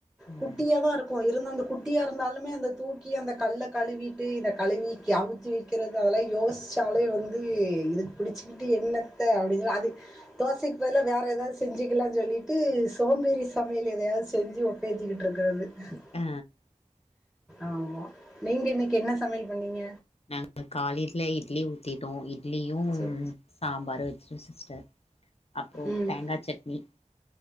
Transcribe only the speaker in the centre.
குட்டியா தா இருக்கு அந்த குட்டியா இருந்தாலுமே அந்த தூக்கி அந்த கல்ல கழுவிட்டு இந்த கழுவி அவுத்தி வைக்கிறது அதெல்லா யோசிச்சாலே வந்து இதுக்கு பிடிச்சக்கிட்டு என்னத்த அப்படின்னு சொ அது தோசைக்கு பதிலா வேற ஏதாவது செஞ்சுக்கலாம்னு சொல்லிட்டு சோம்பேறி சமையல் எதையாவது செஞ்சு ஒப்பேத்திக்கிட்டு இருக்கிறது <unintelligible>
ஆமா நீங்க இன்னைக்கு என்ன சமையல் பண்ணீங்க
சரி.
ம்.